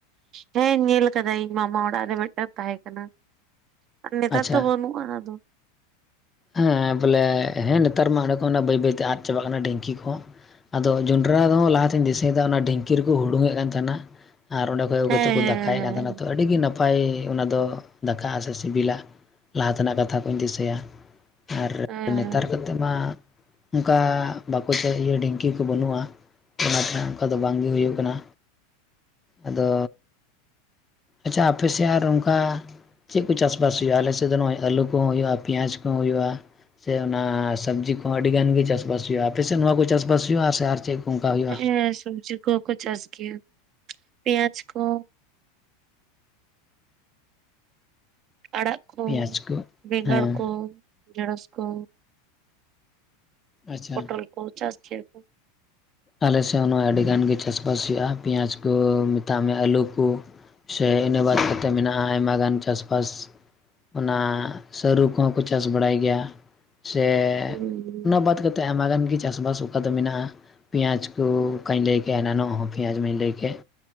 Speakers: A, on the right; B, on the left.
A: ᱦᱮᱸ ᱧᱮᱞ ᱟᱠᱟᱫᱟ ᱤᱧ ᱢᱟᱢᱟ ᱚᱲᱟᱜ ᱨᱮ ᱢᱤᱫᱴᱮᱱ ᱛᱟᱦᱮᱸ ᱠᱟᱱᱟ᱾ ᱟᱨ ᱱᱮᱛᱟᱨ
B: ᱟᱪᱪᱷᱟ
A: ᱫᱚ ᱵᱟᱹᱱᱩᱜᱼᱟ ᱟᱫᱚ᱾
B: ᱦᱮᱸ ᱵᱚᱞᱮ ᱦᱮᱸ ᱱᱮᱛᱟᱨ ᱢᱟ ᱚᱱᱰᱮ ᱠᱚ ᱵᱟᱹᱭ ᱵᱟᱹᱭᱛᱮ ᱟᱫ ᱪᱟᱵᱟᱜ ᱠᱟᱱᱟ ᱰᱮᱝᱠᱤ ᱠᱚ᱾ ᱟᱫᱚ ᱡᱚᱸᱰᱨᱟ ᱫᱚ ᱞᱟᱦᱟᱛᱤᱧ ᱫᱤᱥᱟᱹᱭᱮᱫᱟ ᱚᱱᱟ ᱰᱷᱤᱝᱠᱤ ᱨᱮᱠᱚ ᱦᱩᱰᱩᱝ ᱮᱫ ᱠᱟᱱ ᱛᱟᱦᱮᱱᱟ᱾ ᱟᱨ ᱚᱸᱰᱮ ᱠᱷᱚᱡ ᱟᱹᱜᱩ
A: ᱦᱮᱸ
B: ᱠᱟᱛᱮᱫ ᱠᱚ ᱫᱟᱠᱟᱭᱮᱫ ᱠᱟᱱ ᱛᱟᱦᱮᱱᱟ
A: ᱦᱮᱸ
B: ᱛᱚ ᱟᱹᱰᱤ ᱜᱮ ᱱᱟᱯ᱾ ᱱᱟᱯᱟᱭ ᱚᱱᱟ ᱫᱚ ᱫᱟᱠᱟᱜᱼᱟ ᱥᱮ ᱥᱤᱵᱤᱞᱟ ᱞᱟᱦᱟ ᱛᱮᱱᱟᱜ ᱠᱟᱛᱷᱟ ᱠᱚᱧ ᱫᱤᱥᱟᱹᱭᱟ᱾ ᱟᱨ
A: ᱦᱮᱸ
B: ᱱᱮᱛᱟᱨ ᱠᱟᱛᱮᱫ ᱢᱟ ᱚᱝᱠᱟ ᱵᱟᱠᱚ ᱰᱷᱤᱝᱠᱤ ᱠᱚ ᱵᱟᱹᱱᱩᱜᱼᱟ᱾ ᱚᱱᱠᱟ ᱫᱚ ᱵᱟᱝᱜᱮ ᱦᱩᱭᱩᱜ ᱠᱟᱱᱟ ᱟᱫᱚ᱾ ᱟᱪᱷᱟ ᱟᱯᱮᱥᱮᱫ ᱟᱨ ᱚᱱᱠᱟ᱾ ᱪᱮᱫ ᱠᱚ ᱪᱟᱥᱼᱵᱟᱥ ᱦᱩᱭᱩᱜᱼᱟ ᱟᱞᱮᱥᱮᱫ ᱫᱚ ᱱᱚᱜᱼᱚᱭ ᱟᱹᱞᱩ ᱠᱚᱦᱚᱸ ᱦᱩᱭᱩᱜᱼᱟ ᱯᱮᱸᱭᱟᱡᱽ ᱠᱚᱦᱚᱸ ᱦᱩᱭᱩᱜᱼᱟ᱾ ᱥᱮ ᱚᱱᱟ ᱥᱟᱵᱽᱡᱤ ᱠᱚᱦᱚᱸ ᱟᱹᱰᱤ ᱜᱟᱱ ᱜᱮ ᱪᱟᱥᱵᱟᱥ ᱦᱩᱭᱩᱜᱼᱟ ᱟᱯᱮᱥᱮᱫ ᱱᱚᱣᱟ ᱠᱚ ᱪᱟᱥᱵᱟᱥ ᱦᱩᱭᱩᱜᱼᱟ ᱥᱮ ᱟᱨ ᱪᱮᱫ? ᱠᱚ ᱚᱱᱠᱟ ᱦᱩᱭᱩᱜᱼᱟ
A: ᱦᱮᱸᱜ ᱮ ᱥᱚᱵᱡᱤ ᱠᱚᱦᱠᱚ ᱪᱟᱥ ᱜᱮᱭᱟ ᱯᱮᱭᱟᱡ ᱠᱚ᱾ ᱟᱲᱟᱜ ᱠᱚ,
B: ᱯᱮᱸᱭᱟᱡᱽ ᱠᱚ
A: ᱵᱮᱸᱜᱟᱲ
B: ᱦᱮᱸ
A: ᱠᱚ, ᱰᱷᱮᱲᱚᱥ ᱠᱚ᱾
B: ᱟᱪᱪᱷᱟ
A: ᱯᱚᱴᱚᱞ ᱠᱚ ᱪᱟᱥ ᱜᱮᱭᱟ ᱠᱚ᱾
B: ᱟᱞᱮᱥᱮᱫ ᱦᱚᱸ ᱟᱹᱰᱤ ᱜᱟᱱ ᱜᱮ ᱪᱟᱥᱵᱥ ᱦᱩᱭᱩᱜᱼᱟ ᱯᱮᱸᱭᱟᱡᱽ ᱠᱚ, ᱢᱮᱛᱟᱜ ᱢᱮ ᱟᱹᱞᱩ ᱠᱚ᱾ ᱥᱮ ᱤᱱᱟᱹ ᱵᱟᱫ ᱠᱟᱛᱮᱫ ᱢᱮᱱᱟᱜᱼᱟ ᱟᱭᱢᱟ ᱜᱟᱱ ᱪᱟᱥ ᱵᱟᱥ᱾ ᱚᱱᱟ ᱥᱟᱹᱨᱩ ᱠᱚᱦᱚᱸ ᱠᱚ ᱪᱟᱥ ᱵᱟᱲᱟᱭ ᱜᱮᱭᱟ᱾ ᱥᱮ
A: ᱦᱩᱸ
B: ᱚᱱᱟ ᱵᱟᱫ ᱠᱟᱛᱮᱫ ᱟᱭᱢᱟ ᱜᱟᱱ ᱜᱮ ᱪᱟᱥᱵᱟᱥ ᱚᱠᱟ ᱫᱚ ᱢᱮᱱᱟᱜᱼᱟ᱾ ᱯᱤᱭᱟᱡᱽ ᱠᱚ ᱚᱠᱟᱹᱧ ᱞᱟᱹᱭ ᱠᱮᱜ-ᱟ ᱮᱱᱟᱱᱚᱜ ᱦᱚᱸ ᱯᱤᱭᱟᱡ ᱢᱟᱧ ᱞᱟᱹᱭ ᱠᱮᱫ᱾